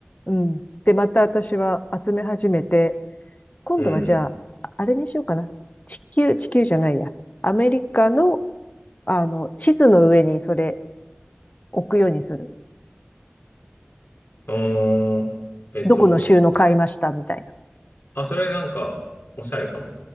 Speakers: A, on the left; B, on the left.
A: うん。で、また私は集め始めて、今度はじゃあ、
B: うん。
A: あれにしようかな。地球、地球じゃないや。アメリカの、あの、地図の上にそれ置くようにする。
B: うーん、えっと、
A: どこの州の買いましたみたいな。
B: あ、それなんか、おしゃれかも。